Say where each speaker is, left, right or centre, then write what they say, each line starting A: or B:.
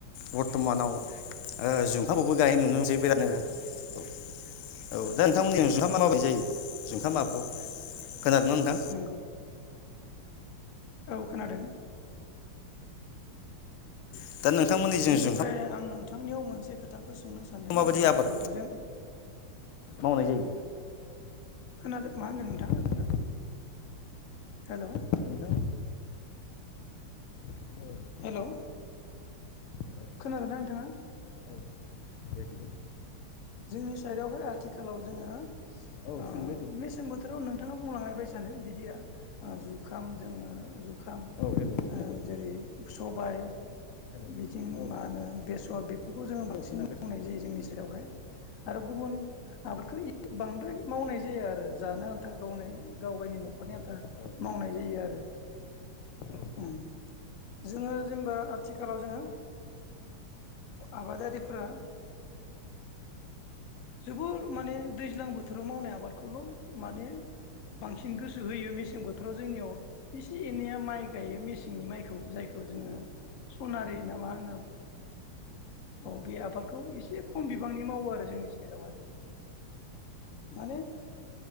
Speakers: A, on the left; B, on the left.
A: बरथ'मानाव ओ जुखामखौबो गायनाय नुनो मोनसै बिरादनो औ औ दा नोंथांमोननि <unintelligible> मा
B: औ
A: मावनाय जायो <unintelligible> <unintelligible>
B: नंगौ औ खोनादों
A: औ दा नोंथांमोननि जों
B: बेनिफ्राय
A: जुंखामखौ
B: आं नोंथांनियाव मोनसे खोथाखौ सोंनो सानदों
A: माबायदि
B: जेने
A: आबाद
B: जों
A: मावनाय जायो
B: खोनादो मा होनदो नोंथां
A: खोनादोंना
B: हेलौ
A: <unintelligible> औ
B: हेलौ
A: औ
B: खोनादों ना नोंथाङा
A: <inaudible>
B: जोंनि साइडआवहाय आथिखालाव जोङो
A: औ
B: ओ
A: सोंदो दे
B: मेसें बोथोराव नों नोंथाङा बुंलांनाय बायसानो बिदिया जुखाम जोंङो जु खाम
A: औ हेल' सोंदो दे
B: जेरै सबाय
A: हेलौ
B: बिथिं
A: औ
B: मा
A: खोनादों
B: होनो बेसर बेफोरखौ जोङो बांसिन
A: औ खोनागासिनो
B: मावनाय जायो जोंनि सायावहाय आरो गुबुन आबादखौ बांद्राय मावनाय जायो आरो जानो आन्था गावनो गावगायनि न'आव न'खरनि आनथा
A: औ औ
B: मावनाय
A: औ
B: जायो आरो
A: औ
B: ओम जोङो जेनेबा आथिखालाव जोङो आबादारिफोरा जोबोर माने दैज्लां बोथोराव मावनाय आबादखौल' माने बांसिन गोसो होयो मेसें बोथोराव जोंनियाव एसे एनैया माइ गायो मेसेंनि माइखौ जायखौ जोङो सनारि ना मा होनना बुङो। औ बे आबादखौ एसे खम बिबांनि मावो आरो जोंनि सायावहाय माने